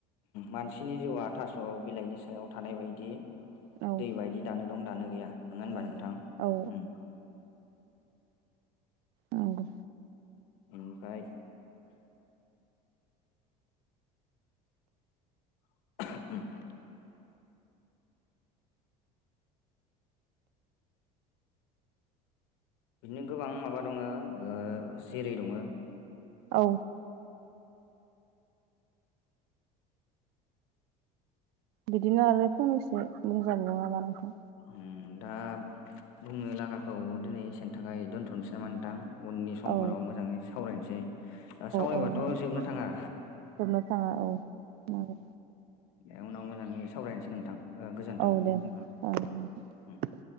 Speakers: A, on the left; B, on the right.
A: मानसिनि जिउआ थास' बिलाइनि सायाव थानाय बायदि
B: औ
A: दै बायदि दानो दं दानो गैया नङा
B: जानो
A: होनोमबा नोंथां?
B: गैया औ
A: ओम।
B: नोंगौ।
A: ओमफाय उम बिदिनो गोबां माबा दङ ओ जेरै दङ ओं
B: औ बिदिनो आरो फंनैसो बुंजागोन नामा नोंथां?
A: ओम दा बुंनो लागाखौ दिनै एसेनि थाखाय दोनथ' नसै नामा नोंथां उननि समफोराव
B: औ
A: मोजाङै सावरायनोसै सावरायबाथ'
B: औ नोंथां
A: जोबनो थाङा।
B: जोबनो थाङा औ नंगौ।
A: दे उनाव मोजाङै सावरायनसै नोंथां। ओ गोजोन्थों
B: औ दे जागोन
A: उम उम
B: नोंथां।
A: उम